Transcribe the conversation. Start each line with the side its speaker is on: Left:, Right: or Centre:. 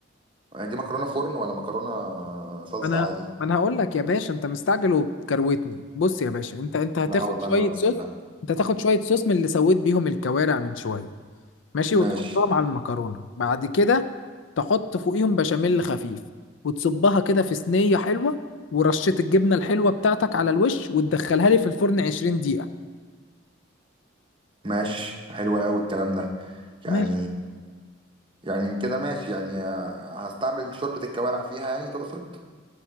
Right: يعني دي مكرونه فرن ولا مكرونه صلصه
Left: ما انا
Right: عادي
Left: ما انا هقول لك يا باشا انت مستعجل وبتكروتني بص يا باشا انت انت
Right: لا
Left: هتاخد
Right: والله
Left: شويه
Right: ما
Left: صوص
Right: لا
Left: انت هتاخد شويه صوص من اللي سويت بيهم الكوارع من شويه ماشي وتحطهم
Right: ماشي
Left: على المكرونه بعد كده تحط فوقيهم بشاميل خفيف وتصبها كده في صينيه حلوه ورشه الجبنه الحلوه بتاعتك على الوش وتدخلها لي في الفرن 20 دقيقه
Right: ماشي حلو قوي الكلام ده يعني
Left: ماشي،
Right: يعني كده ماشي يعني هستعمل شوربه الكوارع فيها يعني تقصد